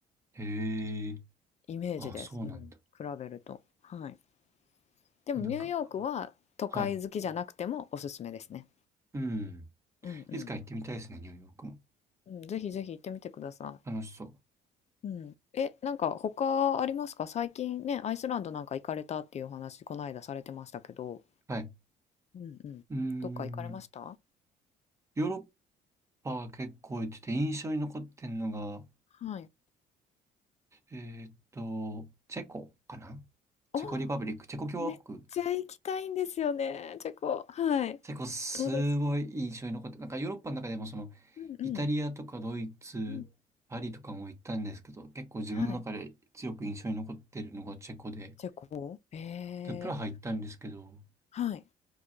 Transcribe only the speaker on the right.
へえ、
ああ、そうなんだ。
なんか、はい。うん。
いつか行ってみたいですね、ニューヨークも。
楽しそう。
はい。
うーん。
ヨーロッパは結構行ってて、印象に残ってんのが、
えーっと、チェコかなチェコリパブリック、
チェコ共和国
結構すごい印象に残って、
なんかヨーロッパの中でもその、
イタリアとかドイツ、
パリとかも行ったんですけど、結構自分の中で強く印象に残ってるのがチェコで、
で、プラハ行ったんですけど、